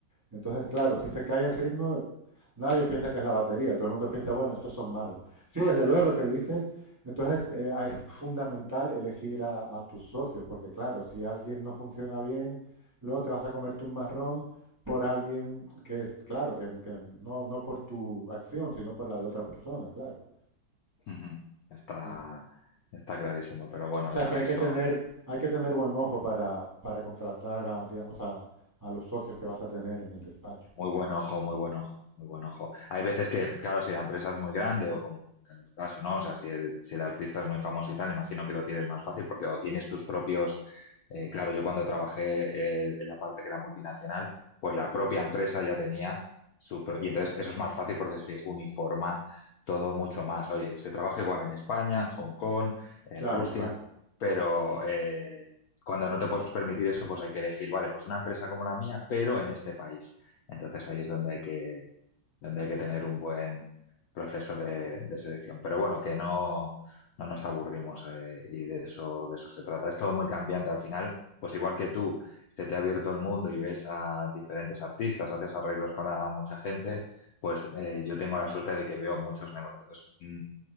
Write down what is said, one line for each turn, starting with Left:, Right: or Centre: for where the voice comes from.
Right: Entonces, claro, si se cae el ritmo, nadie piensa que es la batería, todo el mundo piensa, bueno, estos son malos. Sí, desde luego lo que dices, entonces eh, es fundamental elegir a, a, tus socios, porque claro, si alguien no funciona bien, luego te vas a comerte un marrón por alguien que es, claro, que, que no, no por tu acción, sino por la de otra persona, claro.
Left: Ujú. Está,
Right: Sí.
Left: está clarísimo, pero bueno,
Right: O sea
Left: a
Right: que hay
Left: eso
Right: que tener, hay que tener buen ojo para, para contratar a, digamos, a, a los socios que vas a tener en el despacho.
Left: Muy buen ojo, muy buen ojo, muy buen ojo. Hay veces que, claro, si la empresa es muy grande o como en tu caso, ¿no? O sea, si el, si el artista es muy famoso y tal, imagino que lo tienes más fácil porque o tienes tus propios... eh, claro, yo cuando trabajé el- en la parte que era multinacional, pues la propia empresa ya tenía su... pro- Y entonces eso es más fácil porque se uniforma todo mucho más. Oye, se trabaja igual en España, en Hong Kong, en
Right: Claro,
Left: Rusia,
Right: claro,
Left: pero... eh, Cuando no te puedes permitir eso, pues hay que elegir, vale, pues una empresa como la mía, pero en este país. Entonces ahí es donde hay que, donde hay que tener un buen proceso de, de selección. Pero bueno, que no, no nos aburrimos eh, y de eso, de eso se trata. Es todo muy cambiante al final, pues igual que tú, se te ha abierto el mundo y ves a diferentes artistas, haces arreglos para mucha gente, pues eh, yo tengo la suerte de que veo muchos negocios. Entonces, mm,